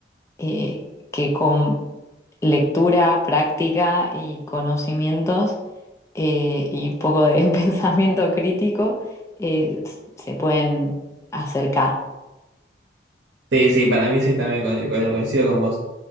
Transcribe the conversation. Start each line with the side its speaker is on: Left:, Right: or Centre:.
Left: eh, que con lectura, práctica y conocimientos eh, y un poco de <laughs> pensamiento crítico eh, s- se pueden acercar.
Right: Sí, sí, para mí sí, también co- co- coincido con vos.